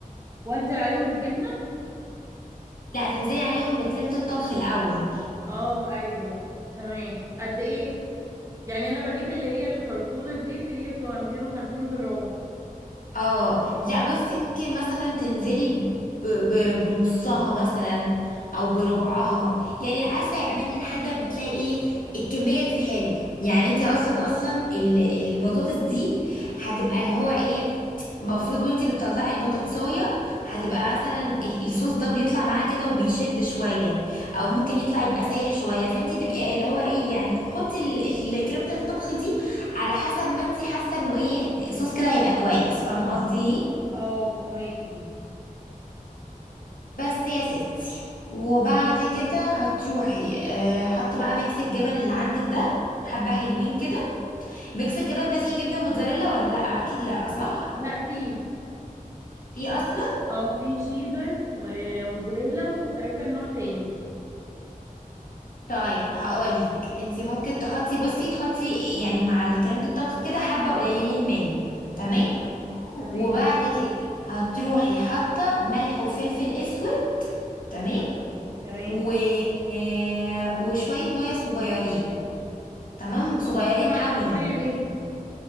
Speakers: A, on the right; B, on the left.
A: وانزل عليهم بالجبنه
B: لا تنزلي عليهم بكريمة الطبخ الأول
A: اه ايوه تمام قد ايه يعني انا بجيب اللي هي الكرتونة دي اللي هي بتبقى 250 جرام
B: اه لا بصي ممكن مثلا تنزلي ب... ب... بنصها مثلا او بربعها يعني عارفه يا اماني لحد ما تلاقي ايه الكميه دي حلوه يعني انت اصلا اصلا ال- البطاطس دي هتبقى اللي هو ايه المفروض وانتي بتطلعي البطاطسايه هتبقى مثلا ال- الصوص ده بيطلع معاه كده وبيشد شويه او ممكن يطلع يبقى سايح شويه فانتي تبقي اللي هو ايه يعني حطي ال- ال- كريمه الطبخ دي على حسب ما انت حاسه انه ايه صوص كده هيبقى كويس فاهمه قصدي ايه
A: اه فهميكي
B: بس يا ستي وبعد كده هتروحي اه حاطه بقى ميكس الجبن اللي عندك ده حبه حلوين كده ميكس الجبن ده فيه جبنه موتزاريلا ولا لا اكيد لا صح
A: لا فيه
B: في اصلا
A: اه فيه شيدر وموزاريلا وتقريبا نوع تاني
B: طيب هقولك انت ممكن تحطي بصي تحطي يعني مع الكلام ده الطبخ كده حبه قليلين منه تمام
A: تمام
B: وبعد كده هتروحي حاطه ملح وفلفل اسود تمام
A: تمام
B: و... آه، وشوية مية صغيرين تمام صغيرين
A: انا
B: قوي
A: هحط ميه ليه